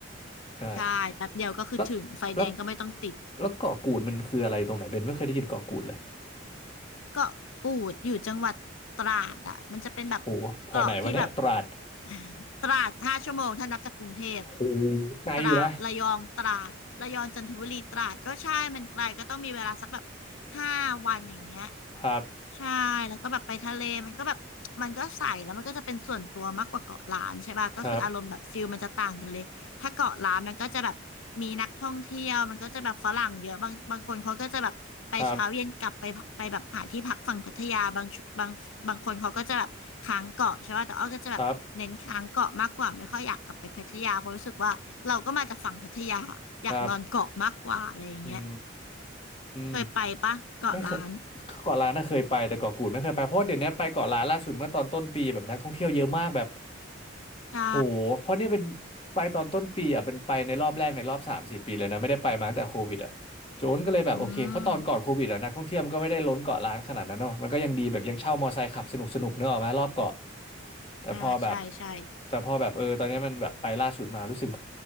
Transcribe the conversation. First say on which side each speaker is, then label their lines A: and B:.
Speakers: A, on the left (about 30°); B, on the left (about 80°).
A: ใช่
B: ใช่แป๊บเดียวก็คือถึงไฟแดงก็ไม่ต้องติด
A: แล้วแล้ว แล้วเกาะกูดมันคืออะไรตรงไหนเบนไม่เคยได้ยินเกาะกูดเลย
B: เกาะกูดอยู่จังหวัดตราดอ่ะมันจะเป็นแบบเกาะที่แบบ
A: โหแถวไหนวะเนี่ยตราด
B: <laughs> ตราดห้าชั่วโมงถ้านับจากกรุงเทพ
A: โหไกลอยู่นะ
B: ตราดระยองตราดระยองจันทบุรีตราดก็ใช่มันไกลก็ต้องมีเวลาสักแบบห้าวันอย่างเงี้ย
A: ครับ
B: ใช่แล้วก็แบบไปทะเลมันก็แบบมันก็ใสแล้วมันก็จะเป็นส่วนตัวมากกว่าเกาะล้านใช่ป่ะก็คืออารมณ์แบบฟิลมันจะต่างกันเลยถ้าเกาะล้านมันก็จะแบบมีนักท่องเที่ยวมันก็จะแบบฝรั่งเยอะบางบางคนเขาก็จะแบบไปเช้าเย็นกลับไปไปแบบหาที่พักฝั่งพัทยาบางบางบางคนเขาก็จะแบบค้างเกาะใช่ป่ะแต่อ้อก็จะแบบเน้นค้างเกาะมากกว่าไม่ค่อยอยากกลับไปพัทยาเพราะรู้สึกว่าเราก็มาจากฝั่งพัทยาอยากนอนเกาะมากกว่าอะไรอย่างเงี้ย
A: ครับ ครับ ครับ ครับ อื
B: เคยไปปะเกาะล้าน
A: มไม่เคยเกาะล้านน่ะเคยไปแต่เกาะกูดไม่เคยไปเพราะว่าเดี๋ยวนี้ไปเกาะล้านล่าสุดเมื่อตอนต้นปีแบบนักท่องเที่ยวเยอะมากแบบ
B: ใช่
A: โหเพราะเนี่ยเป็นไปตอนต้นปีอ่ะเป็นไปในรอบแรกในรอบสามสี่ปีเลยนะไม่ได้ไปมาตั้งแต่โควิดอ่ะโจนก็เลยแบบโอเคเพราะตอนก่อนโควิดอ่ะนักท่องเที่ยวมันก็ไม่ได้ล้นเกาะล้านขนาดนั้นเนอะมันก็ยังดีแบบยังเช่ามอไซค์ขับสนุกสนุกเนอะออกมารอบเกาะ
B: อืม
A: แต่พอแบบ
B: อ่าใช่ใช่
A: แต่พอแบบเออตอนนี้มันแบบไปล่าสุดมารู้สึก